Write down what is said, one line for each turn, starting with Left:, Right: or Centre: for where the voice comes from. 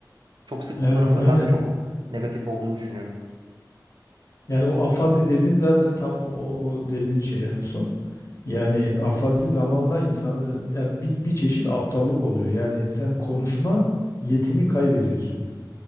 Right: Çok sık
Left: Evet
Right: kullanımının
Left: aynen.
Right: ben de çok negatif olduğunu düşünüyorum.
Left: Yani o afazi dediğim zaten tam o, o o dediğin şey en son. Yani afazi zamanla insanı ya bir, bir çeşit aptallık oluyor. Yani sen konuşma yetini kaybediyorsun.